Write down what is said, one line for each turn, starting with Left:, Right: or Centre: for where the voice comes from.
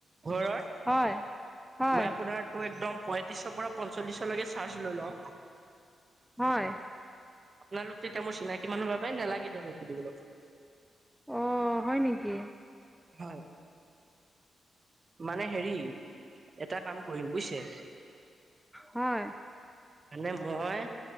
Right: ঘৰৰ
Centre: হয়, হয়,
Right: মই আপোনাৰ টো একদম পয়ত্ৰিছৰ পৰা পঞ্চল্লিছলৈকে চাৰ্জ লৈ লও।
Centre: হয়,
Right: আপোনালোক তেতিয়া মোৰ চিনাক কিমাননো ভাৰা পাই নালাগে দিয়ক সেইবোৰ দিবলৈ।
Centre: অ, হয় নেকি?
Right: হয়, মানে হেৰি এটা কাম কৰিম বুইছে।
Centre: হয়।
Right: এনে মই